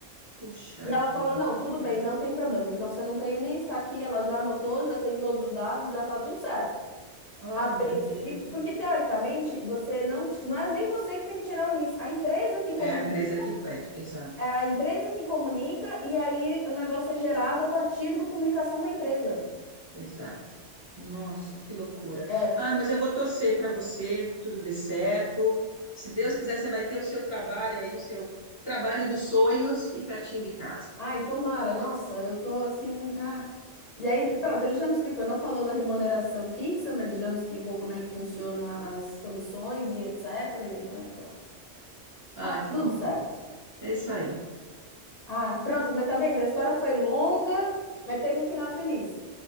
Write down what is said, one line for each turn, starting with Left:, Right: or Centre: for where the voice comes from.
Right: puxa
Left: E ela
Right: vida,
Left: falou, não,
Right: que
Left: tudo
Right: coisa.
Left: bem, não tem problema. Então você não tem o NIS, está aqui, ela já anotou, já tem todos os dados, já está tudo certo.
Right: Ai,
Left: A princípio,
Right: meu Deus.
Left: porque teoricamente você não, ti- não é nem você que tem que tirar o NIS, a empresa que comunica,
Right: É a empresa que pede, exato,
Left: é a empresa que comunica e aí o negócio é gerado a partir da comunicação da empresa.
Right: exato. Nossa, que loucura.
Left: É.
Right: Ah, mas eu vou torcer para você, que tudo dê certo. Se Deus quiser, você vai ter o seu trabalho aí, o seu trabalho dos sonhos e pertinho de casa.
Left: Ai, tomara. Nossa, eu tô assim. Ah. E aí, pronto, ele já me explicou. Ele não falou da remuneração fixa, mas ele já me explicou como é que funciona as comissões e etc. E eu falei, "É, pronto,
Right: Ah,
Left: tá
Right: que
Left: tudo
Right: bom.
Left: certo.
Right: É isso aí.
Left: Ai, pronto, mas tá vendo? A história foi longa, mas teve um final feliz.